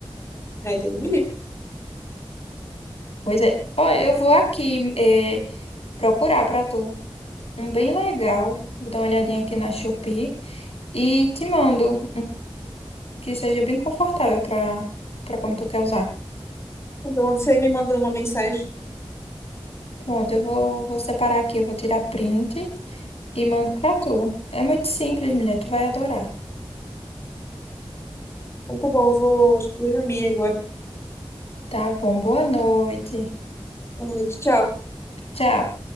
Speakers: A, on the left; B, on the left.
A: É, então, me livre.
B: Pois é. Ó, eu vou aqui eh, procurar pra tu um bem legal. Vou dar uma olhadinha aqui na Shopee e te mando um que seja bem confortável pra para como tu quer usar.
A: Então, você me mandou uma mensagem.
B: Pronto, eu vou, vou separar aqui, eu vou tirar print e mando pra tu. É muito simples, mulher, tu vai adorar.
A: Então, tá bom, eu vou, acho que vou dormir agora.
B: Tá bom, boa noite.
A: Boa noite, tchau.
B: Tchau.